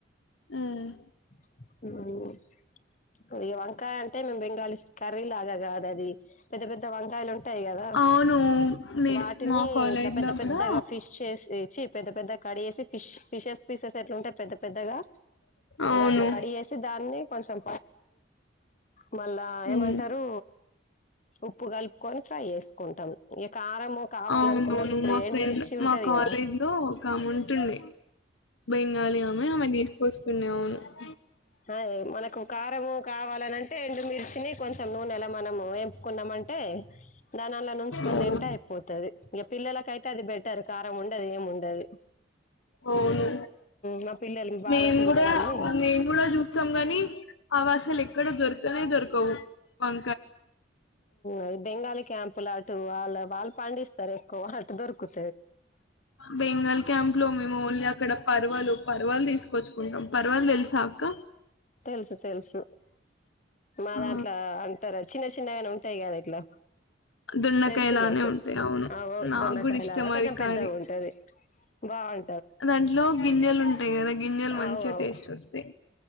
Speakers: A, on the left; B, on the left.
A: ఉమ్
B: మ్మ్ అది వంకాయ అంటే మే బంగాళి కర్రీ లాగా కాద అది పెద్ద పెద్ద వంకాయలు ఉంటాయి కదా
A: అవును నే
B: వాటిని
A: మా కాలేజ్
B: ఇట్లా పెద్ద
A: లో
B: పెద్దగా
A: కూడా
B: ఫిష్ చేసి చిప్ పెద్ద పెద్ద కాడి వేసి ఫిష్ ఫిషెస్ పీసెస్ ట్లుంటాయి పెద్ద పెద్దగా
A: అవును
B: అట్లా కడి చేేసి దాన్ని కొంచెం మళ్ళా ఏమంటారు
A: ఉమ్.
B: ఉప్పు కల్పుకోని ఫ్రై చేసుకుంటాం ఇక కారము కావాలనుకున్న
A: అవునవును
B: వాళ్ళు ఇప్పుడు
A: మా
B: ఎండుమిర్చి
A: ఫ్రెండ్
B: ఉంటది
A: మా కాలేజ్
B: కదా
A: లో ఒక ఆమె ఉంటుండే బెంగాలీ అమె అమ్మో తీసుకొచ్ <inaudible>
B: అ మనకు కారము కావాలనింటే రండు మీరు చినీ కొంచం నూ నెలా మనం ఎంపుకున్నామంటే దానిల్ల నుంచుకొని
A: ఓ.
B: తింటే అయిపోతది ఇంక పిల్లలక అైతే అది బెటర్ కారం ఉండదు ఏమ్ ఉండదు
A: అవును
B: మా పిల్లలు బాగా
A: మేము
B: తింటారని
A: కూడా మేము కూడా చూస్తాం కానీ అవాస్ అసల ఎక్కడ దొరకనే దొరకవు వం
B: అది బెంగాలీ క్యాంపు లాటు వాళ్ళ వాల్ పండిస్తారు ఎక్కువ ఆటు దొరుకుతుంది
A: బెంగాల్ క్యాంప్ లో మేము ఓన్లీ అక్కడ పర్వలో పర్వాల తీసుకొచ్చుకుంటాం పర్వాల తెలుసా అక్క
B: తెలుసు తెలుసు మా
A: ఆ
B: దాంట్లో అంటారు చిన్న చిన్నగానే ఉంటాయి కదా ఇట్లా
A: దొండకాయలానే
B: తెలుసు నాకు
A: ఉంటాయి అవును
B: ఆవో
A: నాకు
B: దొండకాయలాగా
A: కూడా ఇష్టం
B: కొంచెం
A: అది కారీ
B: పెద్దగా ఉంటది వావ్
A: దాంట్లో గింజలు ఉంటా అదే కదా గింజలు మంచిగా
B: అవు అవు
A: టేస్ట్ వస్తాయి